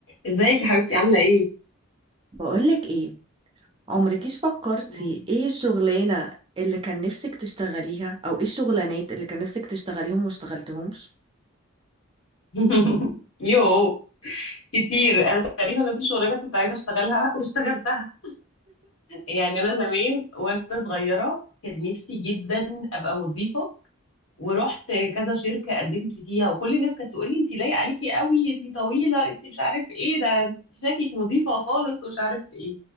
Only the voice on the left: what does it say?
ازيك يا حبيبتي عاملة ايه؟
مم.
<laughs> يو كتير انا تقريبا في شغلانة كنت عايزة اشتغلها واشتغلتها يعني انا زمان وانا صغيرة كان نفسي جدا ابقى مضيفة ورحت كذا شركة قدمت فيها وكل الناس كانت تقول لي انت لايقة عليكي قوي انت طويلة انت مش عارف ايه ده انت شكلك مضيفة خالص ومش عارف ايه